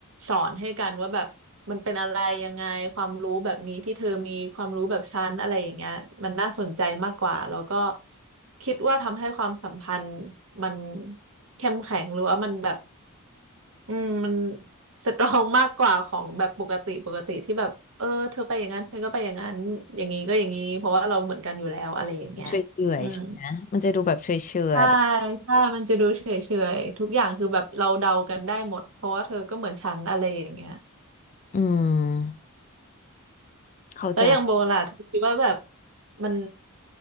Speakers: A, on the right; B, on the left.
A: สอนให้กันว่าแบบมันเป็นอะไรยังไงความรู้แบบนี้ที่เธอมีความรู้แบบฉันอะไรอย่างเงี้ยมันน่าสนใจมากกว่าแล้วก็คิดว่าทำให้ความสัมพันธ์มันเข้มแข็งหรือว่ามันแบบ อืมมันสตรองมากกว่าของแบบปกติปกติที่แบบเออเธอไปอย่างนั้นเธอก็ไปอย่างนั้นอย่างนี้ก็อย่างนี้เพราะว่าเราเหมือนกันอยู่แล้วอะไรอย่างเงี้ยอืม
B: เฉยๆใช่ไหมมันจะดูแบบเฉยๆแบบ
A: ใช่ใช่มันจะดูเฉยเฉยทุกอย่างคือแบบเราเดากันได้หมดเพราะว่าเธอก็เหมือนฉันอะไรอย่างเงี้ย
B: อืมเข้าใจ
A: แล้วอย่างโบล่ะเธอคิดว่าแบบมัน